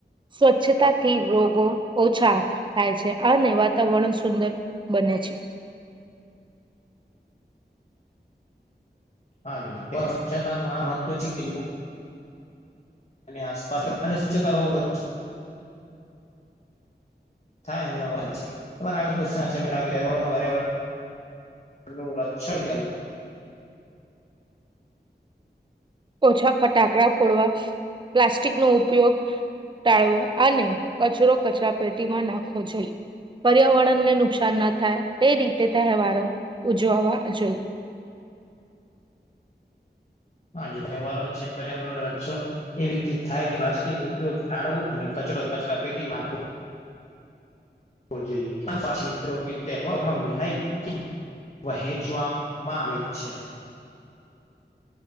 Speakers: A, on the right; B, on the left.
A: સ્વચ્છતાથી રોગો ઓછા થાય છે અને વાતાવરણ સુંદર બને છે.
B: હા <inaudible> સેતા નું આ મહત્વ છે કે આસપાસ અને સ્વચ્છતા રોગો થાય અને તમારે આગળ પૈસા <unintelligible> રક્ષણ કરવું
A: ઓછા ફટાકડા ફોડવા પ્લાસ્ટિક નો ઉપયોગ ટાળવો અને કચરો કચરા પેટીમાં નાખવો જોઈએ પર્યાવરણને નુકસાન ના થાય તે રીતે તહેવારો ઉજવવા જોઈએ.
B: હજી વ્યવહારો છે પર્યાવરણ અચો એવી રીતે થાય કે પ્લાસ્ટિક ઉપયોગ ટાળવો અને કચડો કચરા પેટીમાં નાખવો. નાખવો જોઈએ પાચ મિત્રો કે તહેવારોમાં મીઠાઈ કે વહેંચવામાં આવે છે.